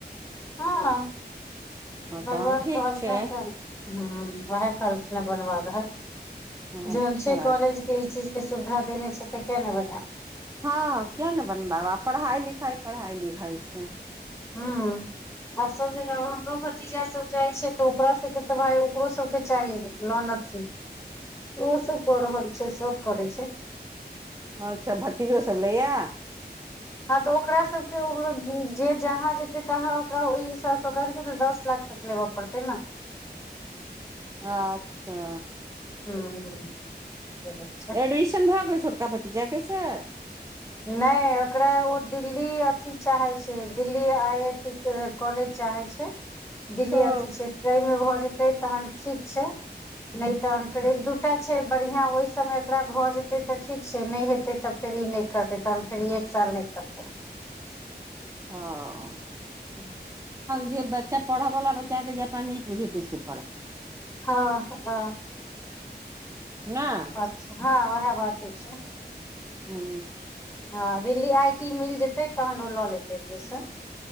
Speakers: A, on the left; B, on the right.
A: ह
B: हँ
A: भगवान
B: तहन ठीक
A: कहलखिन
B: छै
A: त हा उएह कहलखिन हैं बनबा दहक
B: अच्छा
A: जहन छै कॉलेज मे ई चीज के सुविधा देने छै त किया नहि बनायब
B: हँ किया नहि बनबायब पढ़ाई लिखाई पढ़ाई लिखाई छै
A: हू आर सभ जगह हमरो भतीजा सभ जाय छै तऽ ओकरा सभके तऽ भाय ओकरो सभ के चाही लोन ज ओहो सभ कऽ रहल छै सभ करै छै
B: अच्छा भतीजो सभ लैया
A: हँ तऽ ओकरा सभके जे जहाँ जेते तहाँ ओकरा ई सभ तऽ ओकरा सभके दस लाख तक लेबऽ पड़तै न
B: अच्छा।
A: ह हू बूझ गलि
B: एडमिशन भए गेल छोटका भतीजा के स
A: नहि ओकरा ओ दिल्ली अथि चाहे Delhi I I T college चाहे छैय दिल्ली
B: हँ
A: अथी छै तहिमे भऽ जेतै तहन ठीक छैय। नहि तहन फेर एक दूटा छै बढ़िया ओहि समय एकरा भए जेते तऽ ठीक छै नहि हेते तऽ फेर ई नै करते तऽ फेर एक साल नहि करते।
B: आ
A: ह
B: जे बच्चा पढ़य वाला बच्चा के जे अपना नीक बुझेते से करत
A: ह ह।
B: ना
A: अच्छा हँ वएह बाते छैय
B: हू
A: ह दिल्ली आई टी मिल जेतै तहन ओ लऽ लेतै एडमिशन